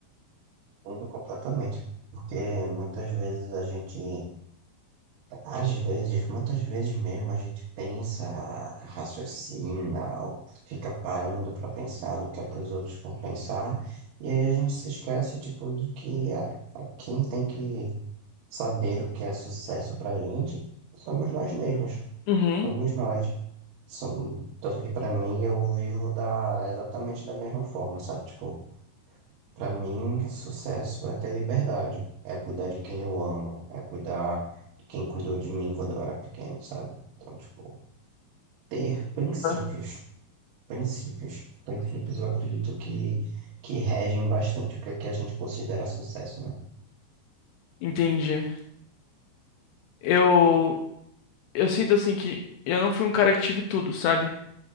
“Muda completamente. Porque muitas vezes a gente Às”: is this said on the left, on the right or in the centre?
Right